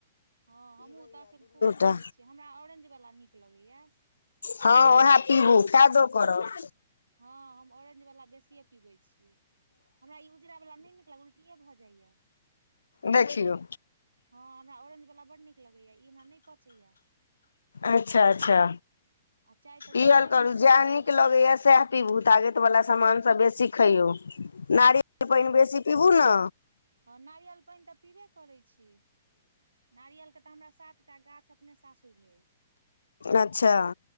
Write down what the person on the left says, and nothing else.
टा
ह ऊहे पीबू फायदो करब
देखौ।
अच्छा अच्छा
इहे करू
जेह
नीक
लगैये सैह। पीबू तागैत वला समान सभ बेसी खइयौ नारियल के पानि बेसी पीबू ने
अच्छा